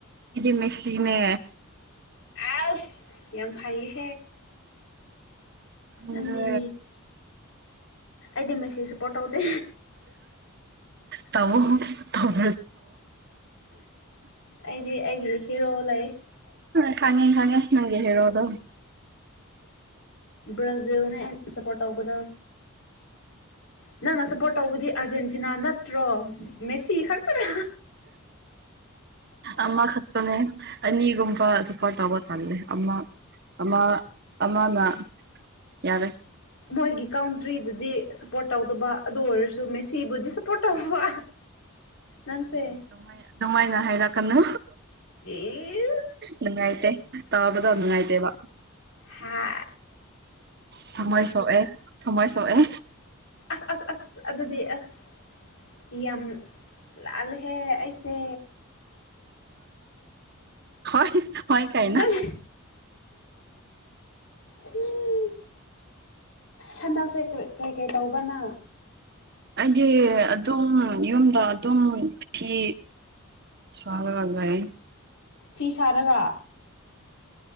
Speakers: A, on the right; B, on the left.
A: ꯗꯤ ꯃꯦꯁꯤꯅꯦ
B: ꯑꯁ ꯌꯥꯝ ꯐꯩꯌꯦ
A: ꯑꯗ
B: ꯅꯪꯗꯤ ꯑꯩꯗꯤ ꯃꯦꯁꯤꯦ ꯁꯦꯄꯣꯔꯠ ꯇꯧꯗꯦ
A: ꯇꯕꯨ ꯇꯕꯨ
B: ꯑꯩꯗꯤ ꯑꯩꯒꯤ ꯍꯤꯔꯣ ꯂꯩ
A: ꯑ ꯈꯉꯦ ꯈꯥꯉꯦ ꯅꯪ ꯍꯣꯗ
B: ꯕꯥꯖꯤꯜꯅ ꯑꯦ ꯁꯄꯣꯔ ꯅꯪꯅ ꯁꯞꯄꯣꯔꯠ ꯇꯧꯕꯗꯤ ꯑꯥꯔꯖꯦꯟꯇꯤꯅꯥ ꯅꯠꯇ꯭ꯔꯣ ꯃ ꯁꯤ ꯈꯥ ꯈꯔ
A: ꯑꯃ ꯈꯠꯇꯅꯦꯅꯤꯒꯨꯝꯕ ꯁꯄꯣꯔꯠ ꯇꯒ ꯇꯜꯂꯦ ꯑꯃ ꯑꯃꯥ ꯑꯃꯥꯅ ꯌꯥꯔꯦ
B: ꯃꯣꯏꯒꯤ ꯀꯥꯎꯟꯇ꯭ꯔꯤꯗꯗꯤ ꯁꯞꯄꯣꯔꯠ ꯇꯧꯗꯕ ꯑꯗꯨ ꯑꯣꯏꯔꯁꯨ ꯃꯦꯁꯤꯕꯨꯗꯤ ꯁꯞꯄꯣꯔꯠ ꯇꯧꯕ ꯅꯪꯁꯦ
A: ꯑꯗꯨꯃꯥꯏ ꯑꯗꯨꯃꯥꯏꯅ ꯍꯥꯏꯔꯛꯀꯅꯨ
B: ꯏꯁ
A: ꯅꯪꯥꯏꯇꯦ ꯇꯥꯕꯗ ꯅꯉꯥꯏꯇꯦ ꯋꯥ
B: ꯍꯥ
A: ꯊꯝꯃꯣꯏ ꯁꯣꯛꯑꯦ ꯊꯝꯃꯣꯏ ꯁꯣꯛꯑꯦ
B: ꯑꯁ ꯑꯁ ꯑꯁ ꯑꯗꯨꯗꯤ ꯑꯁ ꯌꯥꯝ ꯂꯥꯜꯂꯍꯦ ꯑꯩꯁꯦ
A: ꯍꯣꯏ ꯀꯥꯏꯅ
B: ꯅꯪ ꯎꯝ ꯍꯟꯗꯛꯁꯦ ꯀꯩꯀꯩ ꯇꯧꯕ꯭ꯔꯅ
A: ꯑꯩꯗꯤ ꯑꯗꯨꯝ ꯌꯨꯝꯗ ꯑꯗꯨꯝ ꯐꯤ ꯆꯂ ꯍꯒꯥꯏ
B: ꯐꯤ ꯁꯥꯔꯒ